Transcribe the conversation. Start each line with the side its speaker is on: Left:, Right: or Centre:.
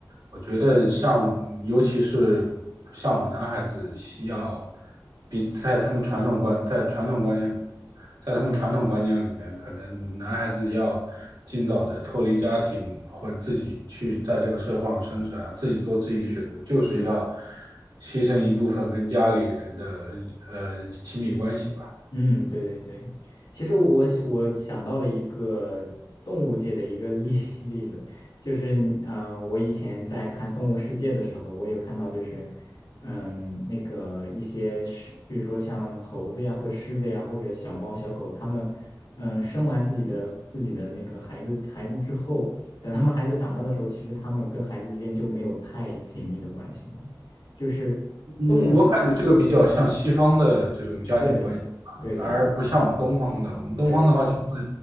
Right: 我觉得像，尤其是像我们男孩子，需要比在他们传统观，在传统观念，在他们传统观念里面，可能男孩子要尽早的脱离家庭，或者自己去在这个社会上生存啊，自己做自己的选择，就是要牺牲一部分跟家里人的呃亲密关系吧。
Left: 嗯，对对对，其实我我想我想到了一个动物界的一个例 <laughs> 例子，就是嗯、呃我以前在看《动物世界》的时候，我有看到就是嗯，那个一些狮，比如说像猴子呀，或者狮子呀，或者小猫小狗，它们嗯生完自己的自己的那个孩子孩子之后，等他们孩子长大的时候，其实他们跟孩子之间就没有太紧密的关系了，就是动物之间，
Right: 嗯，我感觉这个比较像西方的这种家庭关系吧，
Left: 对对对对对
Right: 而不像我们东方的。我们东方的话，
Left: 对对对。
Right: 就会